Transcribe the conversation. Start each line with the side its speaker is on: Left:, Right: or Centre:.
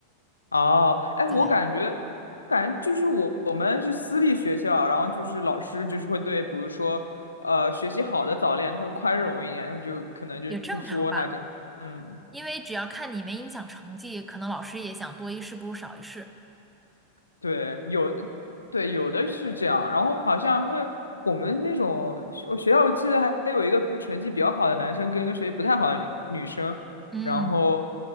Left: 哦，哎，
Centre: 对，
Left: 我感觉，感觉就是我我们是私立学校，然后就是老师就是会对，比如说，呃，学习好的早恋，他会宽容一点，他就可能就不说他这样。
Centre: 也正常吧，
Left: 嗯
Centre: 因为只要看你没影响成绩，可能老师也想多一事不如少一事，
Left: 对，有，对，有的是这样，然后好像会我们那种学我学校，我记得还有一个比如成绩比较好的男生跟一个学习不太好的女女生，
Centre: 嗯，
Left: 然后